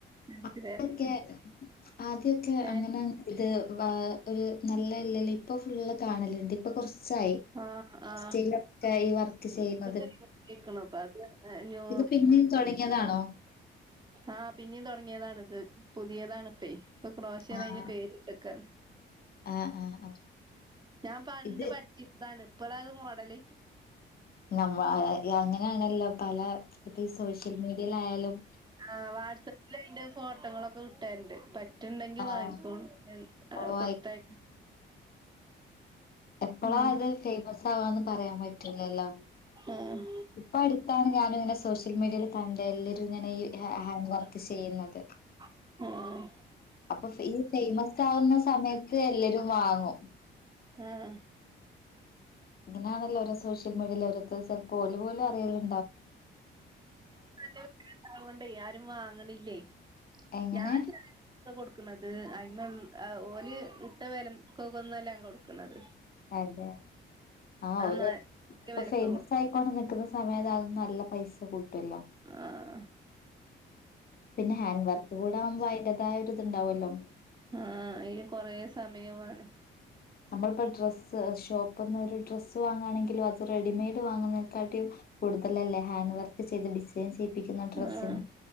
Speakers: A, on the right; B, on the left.
A: അയച്ച്
B: ആദ്യൊക്കെ
A: തരണ്ട്
B: ആദ്യൊക്കെ അങ്ങനെ
A: ഏഹ്
B: ഇത് വ ഒരു നല്ല ഇല്ലല്ല ഇപ്പൊ ഫുള്ള് കാണലുണ്ട് ഇപ്പൊ കുറച്ച്
A: ആഹ് ആഹ്
B: ായിറ്റൊക്കെ ഈ ചെയ്യുന്നത്െ
A: ഇത് കയ്യ്ണു അപ്പൊ അത് ന്യൂ
B: ഇത് പിന്നെ തുടങ്ങിയതാണോ
A: ആഹ പിന്നെയും തുടങ്ങിയതാണിത് പുതിയതാാണ് ഇപ്പേ ഇപ്പൊ ക്രോശേന്ന
B: ആഹ്
A: അതിന് പേര്ടുക്കാൻ
B: ആഹ് ആഹ് ആഹ്
A: ഞാൻ പണ്ട്
B: ഇത്
A: പഠിച്ചിരതാണ് ഇപ്പോഴ അത് മോഡല
B: നമ്മ അങ്ങനെയാണല്ലോ പല ഇപ്പൊ ഈ സോഷ്യൽ മീഡിയയില ആയാലും
A: ആ വാട്സആപ്പിൽ അതിന്റെ ഫോട്ടോങ്ങളൊക്കെ കിട്ടാറുണ്ട് പ ുണ്ടെങ്കി
B: ആഹ്
A: വാങ്ങിക്കോ
B: ഓ
A: കൊടുത്തയക്ക
B: ആയി എപ്പഴാ
A: ഉം
B: അത് ഫേമസ് ാവാ പറയാൻ പറ്റൂില്ലല്ലോ
A: ആഹ്
B: ഇപ്പ അടുത്താണ് ഞാന ഇങ്ങനെ സോഷ്യൽ മീഡിയയിൽ പണ്ട എല്ലരും ഇങ്ങനെ ഈ ഹാൻഡ് വർക്ക് ചെയ്യുന്നത്
A: ആഹ
B: അപ്പൊ ഈ ഫേമസ് ആവുന്ന സമയത്ത് എല്ലരും വാങ്ങും
A: ആഹ്
B: ഇങ്ങനാണല്ലോ ഓോ സോഷ്യൽ മീഡിയൽഓരത്ത ചിലപ്പോൾഓലപലും അറിയല്ല
A: അല്ലണ്ടാവണ്ടേ ആരും വാങ്ങണില്ലേ
B: എങ്ങനെ
A: ഞാൻ ച കൊടുക്കുന്നത് അ അ്മ ഓല ഇട്ട വലക്കൊക്ക ഒന്നല്ലാം കൊടുക്കുന്നത്
B: അതെ ആഹ
A: നല്ല
B: ഇപ്പൊ
A: വിലക്ക്
B: ഫേമസ്
A: കൊടുക്കും
B: ആയിക്കോണ്ട് നിിക്കുന്ന സമയ അതൊ നല്ല പൈസ കൂട്ടല്ലോ
A: ആഹ്
B: പിന്നെ ഹാൻഡ് വർക്ക് കൂടെ ആകുമ്പോൾ അതിന്റതായ ഒരു ഇതുണ്ടാവുമല്ലോ
A: ആഹ അന് കൊറെ സമയമാണ്
B: നമ്മളിപ്പോൾ ഡ്രസ് ഷോപ്പ് നിന്ന് ഒരു ഡ്രസ്സ് വാങ്ങുകണെങ്കും അത് റെഡിമെയ്ഡ് വാങ്ങുന്ന കടുതലല്ലേ ഹാൻഡ് വർക്ക് ചെയ്ത് ഡ ചെയ്യിപ്പിക്കുന്ന ഡ്രസിന്
A: ആഹ്